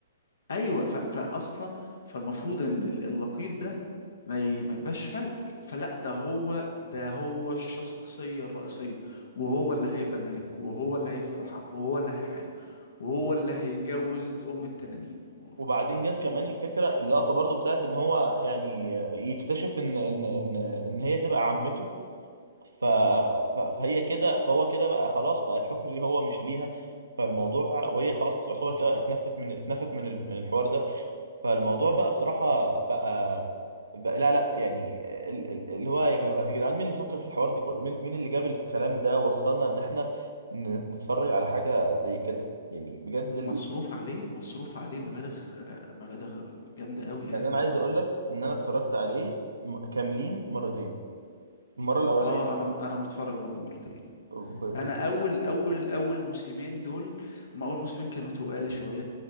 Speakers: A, on the left; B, on the right.
A: ايوه ف... فاصلا فالمفروض ان ال- اللقيط ده ما ي... ما يبقاش ملك فلا ده هو ده هو الشخصيه الرئيسيه وهو اللي هيبقى الملك وهو اللي هيكسب الحرب وهو اللي هيحارب وهو اللي هيجوز ام التنانين و-
B: وبعدين جت كمان الفكره اللقطه برضو بتاعت ان هو يعني يكتشف ان ان ان ان هي تبقى عمته ف ف- فهي كده فهو كده بقى خلاص بقى الحكم ليه هو مش ليها فالموضوع وهي خلاص تعتبر كده اتنفت من اتنفت من ال- من الحوار ده فالموضوع بقى بصراحه بقى, بقى لا لا يعني ال- ال- اللي هو يا جدع- يا جدعان مين اللي فكر في الحوار دي كله مين مين اللي جاب الكلام ده وصلنا ان احنا ن- نتفرج على حاجه زي كده يعني بجد
A: مصروف عليه مصروف عليه مبالغ آه، مبالغ جامده قوي يعني
B: يعني انا عايز اقول لك ان انا اتفرجت عليه م- كاملين مرتين المره الاولانيه
A: اه انا انا متفرج برضو مرتين
B: ب... ب...
A: انا اول اول اول موسمين دول هم اول موسمين كانوا تقال شويه